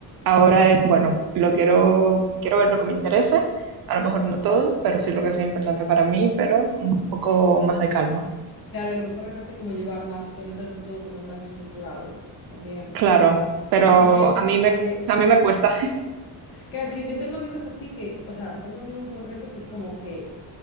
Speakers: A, on the right (about 60°); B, on the left (about 60°).
A: ahora es, bueno, lo quiero, quiero ver lo que me interese, a lo mejor no todo, pero sí lo que sea importante para mí, pero un poco más de calma.
B: Claro, y a lo mejor dejarte como llevar más, en no tenerlo todo como tan estructurado también.
A: Claro, pero
B: Que es que yo,
A: a mí
B: es
A: me,
B: que,
A: a mí me cuesta.
B: <sighs> que es que yo tengo amigos así que, o sea, tengo un amigo en concreto que es como que.